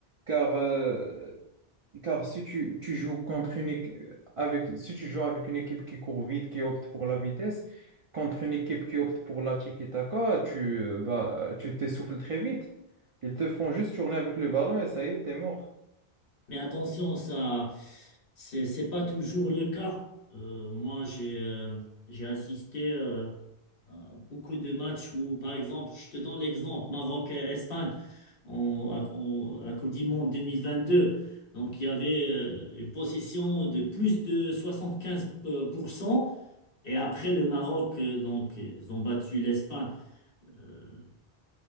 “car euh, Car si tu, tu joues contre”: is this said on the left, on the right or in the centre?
Right